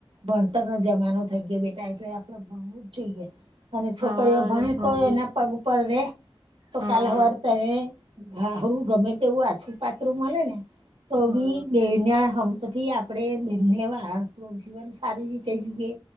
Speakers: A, on the right; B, on the right.
A: ભણતર ન જમાનો થઈ ગયો બેટા એટલે આપડે ભણવું જ જોઈએ અને છોકરીઓ
B: હા
A: ભણે
B: અને ભણવું
A: તો એના
B: જ
A: પગ પર રે તો
B: હા
A: કાાલ વારતા રે ઘા ખરું ગમે તે એવું આછું પાત્ર મળે ને તો
B: હા
A: બી બે ના હમપથી આપે આપણે બનેવા આપણું જીવન સારી રીતે જોઈએ